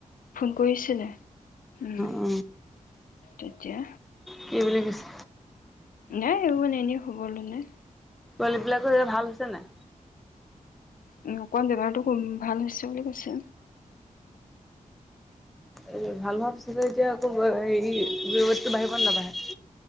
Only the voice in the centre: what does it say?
অ
কিবোলি কৈছে
পোৱালী বিলাকো এয়া ভাল হৈছে নাই
এই ভাল ভাবছ এতিয়া ৰ'দটো বাঢ়িব নে নাবাঢ়ে